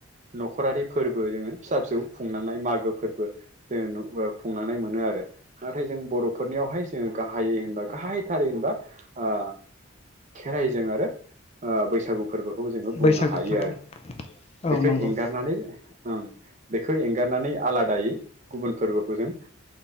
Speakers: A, on the right; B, on the left.
A: न'खरारि फोरबो जोङो फिसा फिसौ खुंलांनाय मागो फोरबो जोङो खुंलांनाय मोनो आरो नाथाय जों बर'फोरनियावहाय जोङो गाहायै होनबा गाहायथारै होनबा ओ खेराइजों आरो ओ बैसागु फोरबोखौ जोङो बुंनो
B: बैसागु
A: हायो
B: फोरबो
A: आरो
B: औ
A: बेखौ
B: नंगौ
A: एंगारनानै ओं बेखो एंगारनानै आलादायै गुबुन फोरबोखौ जों